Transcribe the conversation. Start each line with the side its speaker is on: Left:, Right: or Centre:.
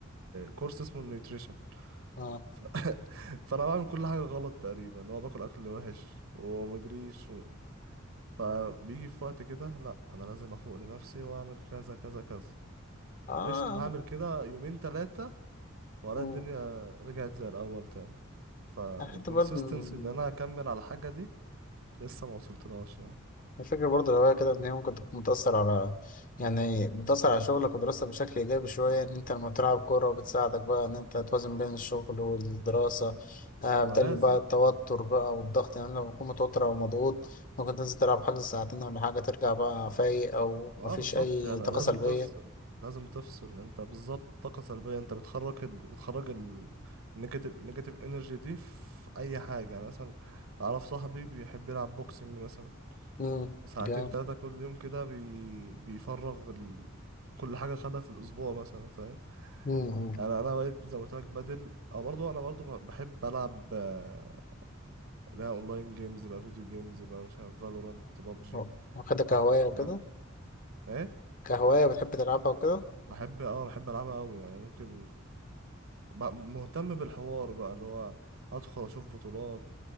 Right: كورس اسمه النيوتريشن
Left: آه.
Right: ف... <laughs> فانا بعمل كل حاجه غلط تقريبا اللي هو باكل اكل وحش وما بجريش و... فبيجي في وقت كده لا انا لازم افوق لنفسي واعمل كذا كذا كذا
Left: آه.
Right: قشطه هعمل كده يومين ثلاثه والاقي
Left: مم.
Right: الدنيا رجعت زي الاول تاني فالكونسيستنسي
Left: يعني حتى برضه م-
Right: ان انا اكمل على الحاجه دي لسه ما وصلتلهاش يعني
Left: الفكرة برضه لو هي كده إن هي ممكن تكون متأثر على يعني متأثر على شغلك ودراستك بشكل إيجابي شوية إن أنت لما بتلعب كورة بتساعدك بقى إن أنت توازن بين الشغل والدراسة آه بتقلل
Right: ولازم
Left: بقى التوتر بقى والضغط يعني لما بتكون متوتر أو مضغوط ممكن تنزل تلعب حاجة ساعتين ولا حاجة ترجع بقى فايق أو مفيش
Right: اه بالظبط
Left: أي
Right: يعني
Left: طاقة
Right: لازم
Left: سلبية
Right: تفصل لازم تفصل انت بالظبط طاقة سلبية انت بتخرج ال... بتخرج النيجاتيف نيجاتيف انرجي دي في اي حاجة يعني مثلا اعرف صاحبي بيحب يلعب بوكسنج مثلا
Left: مم.
Right: ساعتين
Left: جامد
Right: تلاتة كل يوم كده بي... بيفرغ ال... كل حاجة خدها في الاسبوع مثلا فاهم
Left: مم.
Right: انا انا بقيت زي ما قلت لك بدل اه برضو انا برضو ب- بحب العب آه، اللي هي اونلاين جيمز بقى فيديو جيمز بقى مش عارف فالورانت بابجي
Left: مم. واخدها كهواية
Right: الكلام
Left: وكده
Right: ده ايه
Left: كهواية بتحب تلعبها وكده
Right: بحب اه بحب العبها قوي يعني ممكن ب- مهتم بالحوار بقى اللي هو ادخل اشوف بطولات